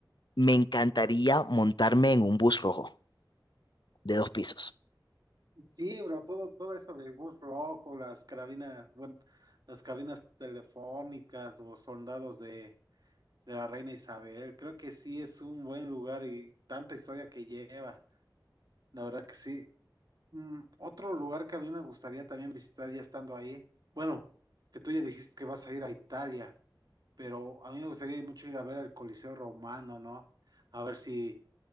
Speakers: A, on the left; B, on the right.
A: me encantaría montarme en un bus rojo de dos pisos.
B: Sí, bro, todo, todo esto del bus rojo, las carabinas, bueno, las cabinas telefónicas, los soldados de, de la reina Isabel. Creo que sí es un buen lugar y tanta historia que lleva. La verdad que sí. Mm, otro lugar que a mí me gustaría también visitar ya estando ahí. Bueno, que tú ya dijiste que vas a ir a Italia, pero a mí me gustaría mucho ir a ver el Coliseo Romano, ¿no? A ver si